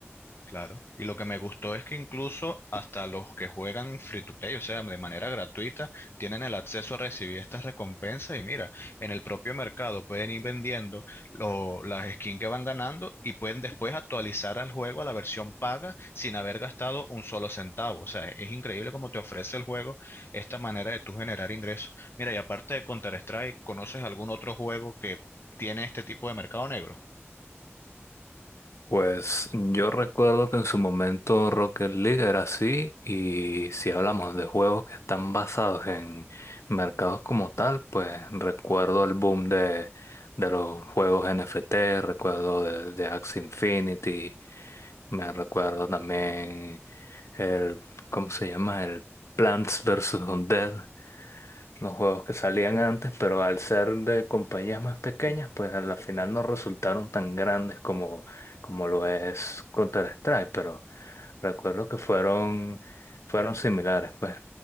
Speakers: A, on the left (about 55°); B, on the left (about 75°).
A: Claro. Y lo que me gustó es que incluso hasta los que juegan free to play, o sea, de manera gratuita, tienen el acceso a recibir estas recompensas y mira, en el propio mercado pueden ir vendiendo lo- las skins que van ganando y pueden después actualizar al juego a la versión paga sin haber gastado un solo centavo. O sea, es increíble cómo te ofrece el juego esta manera de tú generar ingresos. Mira, y aparte de Counter-Strike, ¿conoces algún otro juego que tiene este tipo de mercado negro?
B: Pues yo recuerdo que en su momento Rocket League era así y si hablamos de juegos que están basados en mercados como tal, pues recuerdo el boom de, de los juegos NFT, recuerdo de, de Axie Infinity, me recuerdo también el, ¿cómo se llama? El Plants vs. Undead los juegos que salían antes, pero al ser de compañías más pequeñas, pues a la final no resultaron tan grandes como, como lo es Counter-Strike, pero recuerdo que fueron, fueron similares, pues.